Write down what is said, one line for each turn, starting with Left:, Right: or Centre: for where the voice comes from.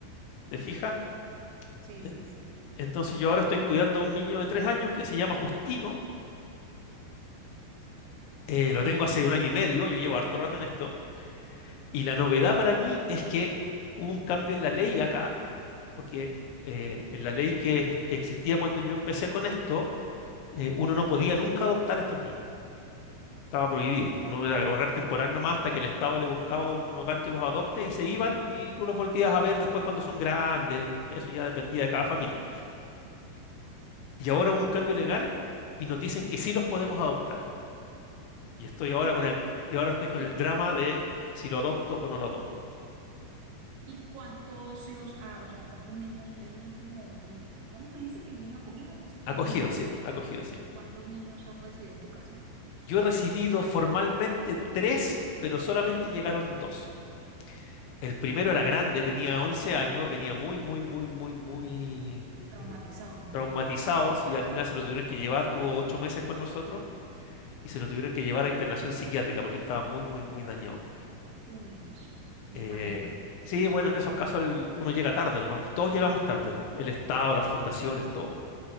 Left: ¿Te fijas?
Right: sí, sí,
Left: En-
Right: sí.
Left: Entonces yo ahora estoy cuidando a un niño de tres años que se llama Justino. Eh, lo tengo hace un año y medio, yo llevo harto rato en esto. Y la novedad para mí es que hubo un cambio en la ley acá porque eh, en la ley que, que existía cuando yo empecé con esto, eh, uno no podía nunca adoptar a estos niños. Estaba prohibido. Uno era hogar temporal nomás hasta que el Estado le buscaba un hogar que los adopte y se iban y tú los volvías a ver después cuando son grandes. Eso ya dependía de cada familia. Y ahora hubo un cambio legal y nos dicen que sí los podemos adoptar. Y estoy ahora
Right: ¿Y cuánto,
Left: con el, y ahora estoy con
Right: y,
Left: el drama de si lo adopto o no lo adopto.
Right: y cuántos hijos, ah, o sea, cuántos niños, esos son como, ni- ¿cómo me dice que niño acogido, algo así? ¿Cuántos
Left: Acogido,
Right: niños,
Left: sí, acogido, sí.
Right: sí, cuántos niños has recibido en tu casa?
Left: Yo he recibido formalmente tres, pero solamente llegaron dos. El primero era grande, tenía 11 años, venía muy, muy, muy, muy, muy
Right: Traumatizado,
Left: eh,
Right: me imagino.
Left: traumatizado y al final se lo tuvieron que llevar, tuvo 8 meses con nosotros y se lo tuvieron que llevar a internación psiquiátrica porque estaba muy, muy, muy dañado.
Right: Uy, Dios mío, me
Left: Eh,
Right: imagino.
Left: sí, bueno, en esos casos el- uno llega tarde nomás, pues, todos llegamos tarde, pues, el Estado, las fundaciones, todo.